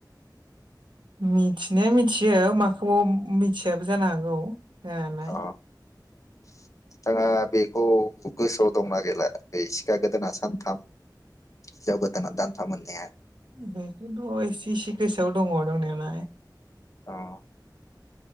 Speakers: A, on the right; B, on the left.
A: मिथिनाया मिथियो माखौबा मिथियाबो जानो हागौ हानायालाय।
B: अ <inaudible> नोंथाङा बेखौ गोसोआव दंना गैला बे सिखा गोदोना सानथाम हिनजाव गोदाना दानथाम होननाया।
A: बेखौथ' एसे एसे गोसोआव दङ' दंनायालाय।
B: अह।